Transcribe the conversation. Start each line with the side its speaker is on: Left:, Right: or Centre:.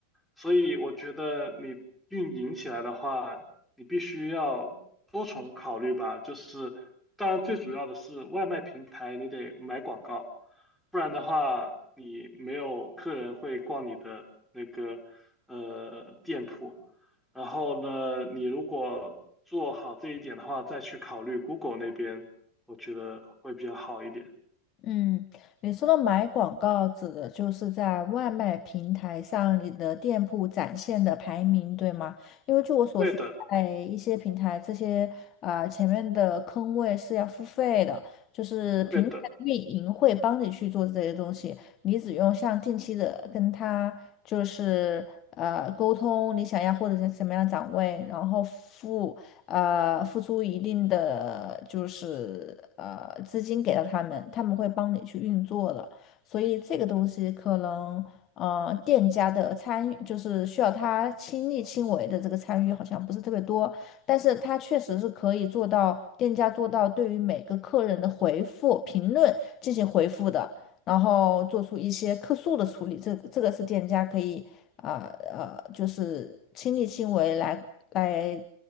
Centre: 所以我觉得你运营起来的话，你必须要多重考虑吧。就是，当然最主要的是外卖平台你得买广告，不然的话你没有客人会逛你的那个呃店铺。然后呢，你如果做好这一点的话，再去考虑 Google 那边，我觉得会比较好一点。
Left: 嗯，你说的买广告指的就是在外卖平台上你的店铺展现的排名，对吗？因为据我所知，
Centre: 对的，
Left: 在一些平台，这些啊呃前面的坑位是要付费的，就是平台运营会帮你去做这些东西，
Centre: 对的。
Left: 你只用像定期的跟他就是呃沟通你想要或者是什么样的展位，然后付呃，付出一定的就是呃资金给到他们，他们会帮你去运作了。所以这个东西可能呃店家的参与，就是需要他亲力亲为的这个参与好像不是特别多，但是他确实是可以做到店家做到对于每个客人的回复评论进行回复的。然后做出一些客诉的处理，这这个是店家可以啊呃，就是亲力亲为来来